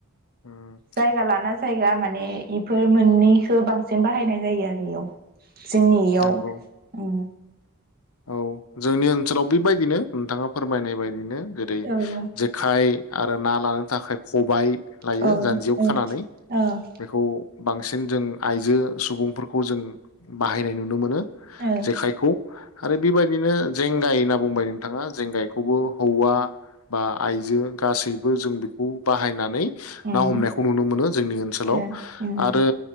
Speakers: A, on the left (about 65°); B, on the right (about 45°).
A: उम
B: जायगा लाना जायगा माने इफोर मोननैखो बांसिन बाहायनाय जायो आरो इयाव। जोंनि इयाव
A: नंगौ
B: उम
A: औ जोंनि ओनसोलाव बेबायदिनो नोंथाङा फोरमायनाय बायदिनो। जेरै
B: औ
A: जेखाइ आरो ना लानो थाखाय खबाय लायो
B: औ
A: जान्जियाव
B: औ
A: खानानै
B: औ
A: बेखौ बांसि सिन जों आइजो सुबुंफोरखौ जों बाहायनाय नुनो मोनो।
B: औ
A: जेखायखौ आरो बेबायदिनो जेंगाय होनना बुंबाय नोंथाङा जेंगायखौबो हौवा बा आइजो गासैबो जों बेखौ बाहायनानै
B: उम
A: ना हमनायखौ नुनो मोनो जोंनि ओनसोलाव
B: उम
A: आरो